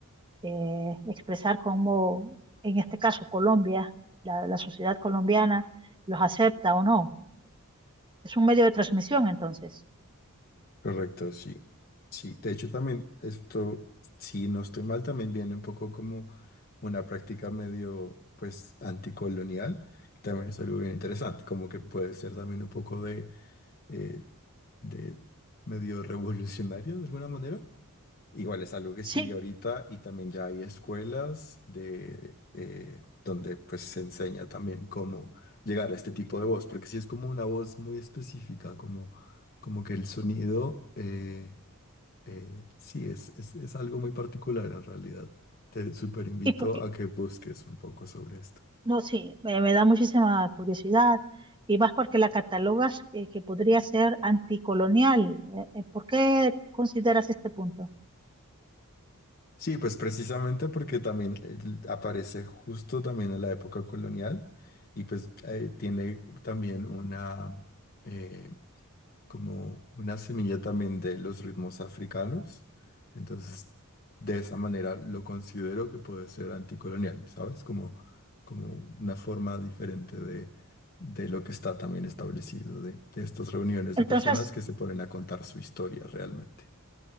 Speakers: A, on the right (about 20°); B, on the left (about 45°).
A: eh, expresar cómo, en este caso Colombia, la, la sociedad colombiana los acepta o no. Es un medio de transmisión entonces.
B: Correcto, sí. Sí, de hecho también esto, si no estoy mal, también viene un poco como una práctica medio, pues, anticolonial, que también es algo bien interesante, como que puede ser también un poco de, eh, de medio revolucionario de alguna manera. Igual es algo que
A: Sí,
B: sigue ahorita y también ya hay escuelas de, eh, donde pues se enseña también cómo llegar a este tipo de voz, porque si es como una voz muy específica, como, como que el sonido, eh, eh, sí, es, es, es algo muy particular en realidad. Te súper invito
A: ¿Y por qué,
B: a que busques un poco sobre esto.
A: No, sí, me, me da muchísima curiosidad y más porque la catalogas eh, que podría ser anticolonial. Eh, eh, ¿Por qué consideras este punto?
B: Sí, pues precisamente porque también el- aparece justo también en la época colonial y pues eh, tiene también una... eh, como una semilla también de los ritmos africanos. Entonces, de esa manera lo considero que puede ser anticolonial, ¿sabes? Como, como una forma diferente de, de lo que está también establecido, de, de estas reuniones
A: Entonces,
B: de personas que se ponen a contar su historia realmente.